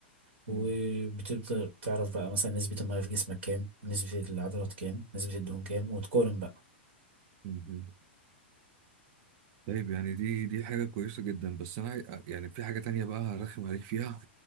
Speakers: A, on the right; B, on the right.
A: وبتبدأ
B: مم.
A: تعرف بقى مثلا نسبة المياه في جسمك كام نسبة العضلات كام نسبة الدهون كام وتقارن بقى
B: مم. طيب يعني دي دي حاجه كويسه جدا بس انا عاي- يعني في حاجه تانية بقى هرخم عليك فيها